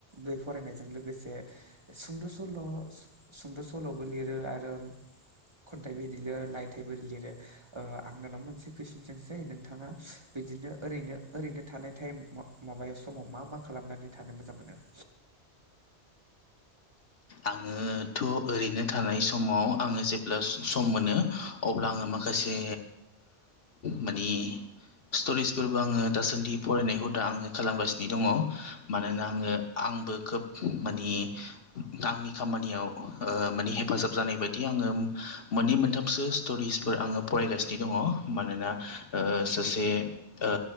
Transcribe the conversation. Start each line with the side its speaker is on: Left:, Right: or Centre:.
Right: बै फरायनायजों लोगोसे सुंद' सल' सुंद' सल'बो लिरो आरो खन्थाइबो लिलो रायथाइबो लिरो ओ आं नोंनाव मोनसे कुइसन सोंसै जायो नोंथाङा बिदिनो ओरैनो ओरैनो थानाय टाइमाव माबायाव समाव मा मा खालामनानै थानो मोजां मोनो?
Left: आङोथ' ओरैनो थानाय समाव आङो जेब्ला सम मोनो अब्ला आङो माखासे मानि स्ट'रिसफोरबो आङो दासान्दि फरायनाय हुदा आङो खालामगासिनो दङ मानोना आङो आंबो खोब मानि आंनि खामानियाव ओ माने हेफाजाब जानाय बायदि आङो मोननै मोनथामसो स्ट'रिसफोर आङो फरायगासिनो दङ मानोना ओ सासे ओ